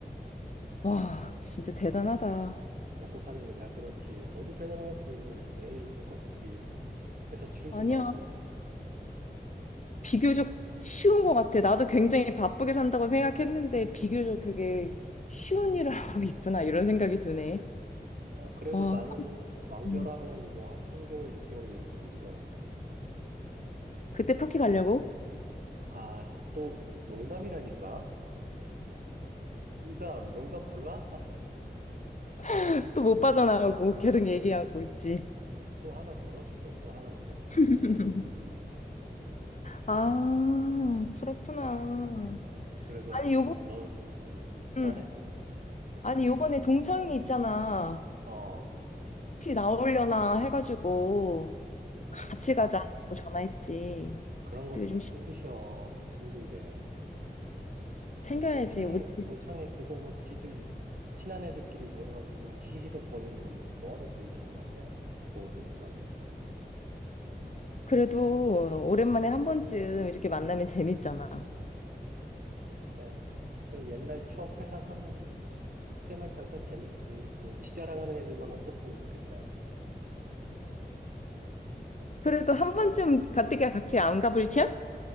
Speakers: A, on the left; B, on the right.
A: 와, 진짜 대단하다.
B: 먹고 사는 게 다 그렇지. 너도 대단하지. 매일 똑같이 회사 출근하고.
A: 아니야. 비교적 쉬운 것 같아. 나도 굉장히 바쁘게 산다고 생각했는데 비교적 되게 쉬운 일을 <laughs> 하고 있구나 이런 생각이 드네.
B: 야, 그래도
A: 와,
B: 나는 완결하면
A: 음.
B: 뭐 한 3개월, 6개월 이렇게 놀잖아.
A: 그때 터키 가려고?
B: 아, 또 농담이라니까? 농담, 농담 몰라?
A: <laughs> 또 못 빠져나가고 계속 얘기하고 있지.
B: <laughs> 또 하나 물었어. 또 하나 물었어. 아이고.
A: <laughs> 아, 그렇구나.
B: 어, 그래서
A: 아니, 요번에,
B: 넌, 음,
A: 음.
B: 말해?
A: 아니, 요번에 동창이 있잖아.
B: 어,
A: 혹시 나오려나 해가지고
B: 아이고.
A: 같이 가자고 전화했지.
B: 그런 걸
A: 근데 요즘
B: 또 챙기셔.
A: 시-
B: 힘들게.
A: 챙겨야지.
B: 야, 동창회,
A: 우리
B: 동창회 그거 뭐 지들, 친한 애들끼리 모여갖고 그냥 히히덕거리는 건데 뭐하러 거기 참여하냐? 좋은 소리도 안 들리는 거.
A: 그래도 오랜만에 한 번쯤 이렇게 만나면 재밌잖아.
B: 글쎄. 그 옛날 추억 회상하면 그때만 잠깐 재밌지. 뭐 지 자랑하는 애들만 없었으면 좋겠다, 야.
A: 그래도 한 번쯤 가뜩이 같이 안 가볼 티야?